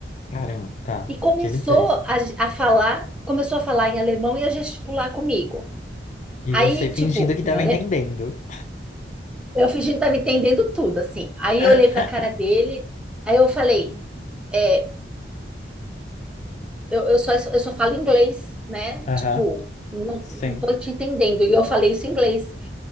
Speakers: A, on the left (about 40°); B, in the centre.
A: caramba, tá.
B: E começou
A: O que ele fez?
B: a, a falar, começou a falar em alemão e a gesticular comigo.
A: E
B: Aí,
A: você fingindo
B: tipo,
A: que tava
B: em ale-
A: entendendo.
B: eu fingindo que tava entendendo tudo, assim. Aí
A: <laughs>
B: eu olhei pra cara dele, aí eu falei, é, eu, eu só, eu só falo inglês, né?
A: Aham,
B: Tipo, não,
A: sim.
B: não tô te entendendo. E eu falei isso em inglês.